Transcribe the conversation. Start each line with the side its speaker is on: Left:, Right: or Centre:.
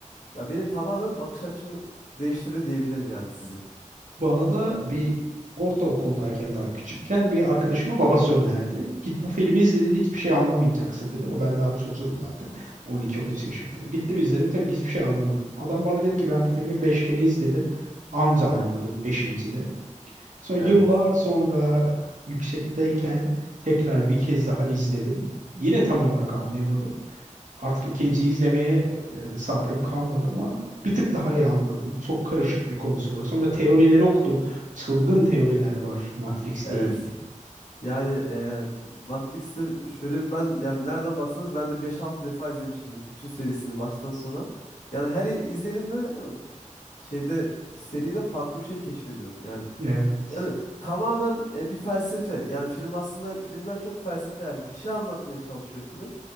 Left: ya benim tamamen bakış açımı değiştirdi diyebilirim yani size.
Right: Bana da bir ortaokuldayken daha küçükken bir arkadaşımın babası önerdi. Git bu filmi izle dedi hiçbir şey anlamayacaksın dedi ama ben daha çocuğum zaten 12-13 yaşındayım. Gittim izledim tabii ki hiçbir şey anlamadım. Adam bana dedi ki ben bu filmi 5 kere izledim anca anladım
Left: Evet.
Right: 5.'de. Sonra
Left: Evet.
Right: yıllar sonra yüksekteyken tekrar bir kez daha izledim. Yine tam olarak anlayamadım. Artık ikinciyi izlemeye e, sabrım kalmadı ama bir tık daha iyi anladım. Çok karışık bir konusu var. Sonra teorileri okudum. Çılgın teoriler var Matrix'le
Left: Evet.
Right: ilgili.
Left: Yani e, Matrix'te şöyle bir ben yani nereden baksanız ben de beş altı defa izlemişimdir bütün serisini baştan sona. Yani her i- izlediğimde e, f- şeyde seride farklı bir şey keşfediyorum. Yani
Right: Evet.
Left: yani tamamen e, bir felsefe. Yani film aslında filmden çok felsefe yani bir şey anlatmaya çalışıyor film.